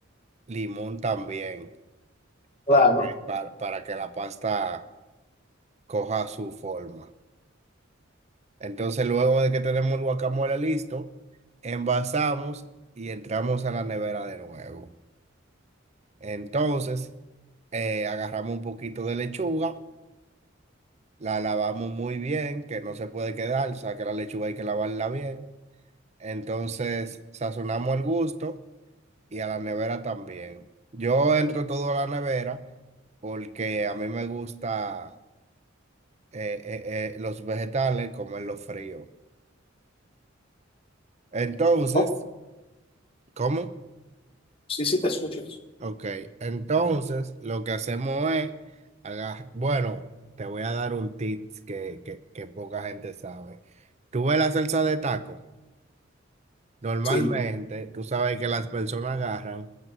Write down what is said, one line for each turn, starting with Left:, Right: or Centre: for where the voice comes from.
Right: limón también para
Left: claro.
Right: que, para para que la pasta coja su forma. Entonces, luego de que tenemos el guacamole listo, envasamos y entramos a la nevera de nuevo. Entonces, eh, agarramos un poquito de lechuga, la lavamos muy bien, que no se puede quedar, o sea que la lechuga hay que lavarla bien. Entonces, sazonamos al gusto y a la nevera también. Yo entro todo a la nevera porque a mí me gusta eh, eh, eh, los vegetales comerlos fríos. Entonces,
Left: Oh,
Right: ¿cómo?
Left: sí, sí, te escucho.
Right: Ok, entonces lo que hacemos es, haga- bueno, te voy a dar un tips que, que, que poca gente sabe. Tú ves la salsa de taco, normalmente
Left: Sí.
Right: tú sabes que las personas agarran